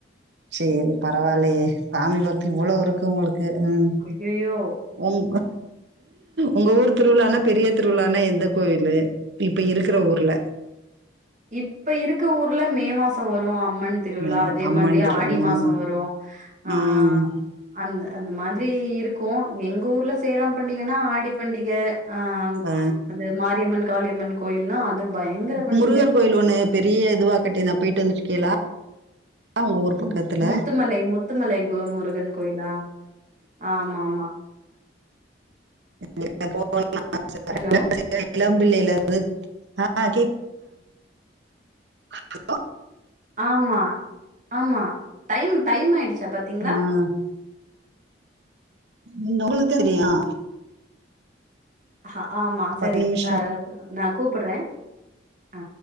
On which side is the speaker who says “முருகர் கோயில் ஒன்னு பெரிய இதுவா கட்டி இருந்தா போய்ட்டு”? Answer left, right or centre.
Right